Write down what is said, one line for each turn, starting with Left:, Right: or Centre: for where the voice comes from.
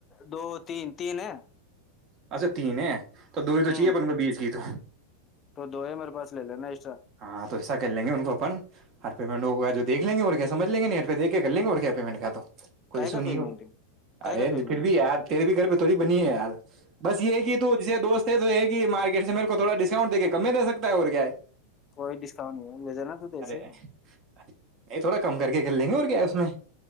Left: دو تین تین ہے
Right: اچھا تین ہے تو دوری تو
Left: ہوں
Right: چاہیے پرن کو بیچ کی تو
Left: تو دو ہے میرے پاس لے لینا ایکسٹرا
Right: ہاں تو ایسا کر لیں گے ان کو اپن ہ پیمن ہو گیا جو دیک لیں گے اور کیامجھیں گ نہیںیٹ پ دیک کے کر لیں گے اور کیا پیمنٹ کیا تو کوئی ای سو
Left: کا
Right: نہیں
Left: پیمنٹ
Right: ہوتا
Left: ہے
Right: ارے
Left: کا پیمنٹ
Right: پھر بھی یار تیرے بھی گھر پہ تھوڑی بنی ہے یار یہ کہ تو جس دوست ہے تو یہ ہے مارکٹ سےیرے کو تھوا ڈسک دے کے کم میں دے ستا ہے اور کیا ہے
Left: کوئی ڈسکاؤنٹ نہیں لے جانا تو تیسے
Right: ارے نہیں تھوڑا کم کر کے کر لیں گے اور کیا اس میں